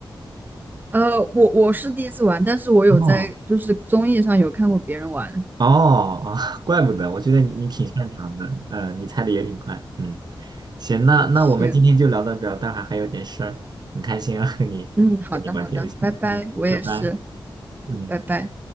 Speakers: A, on the right; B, on the right.
A: 呃，我我是第一次玩，但是我有在就是综艺上有看过别人玩。
B: 哦哦哦，<laughs> 怪不得，我觉得你你挺擅长的，呃，你猜的也挺快，嗯，行，那那我们今天就聊到这儿，
A: 行，
B: 待会儿还有点事儿，很开心啊，和你跟你玩这个游戏，
A: 嗯，好的好的，拜拜，
B: 嗯，
A: 我也是，
B: 拜拜，嗯。
A: 拜拜。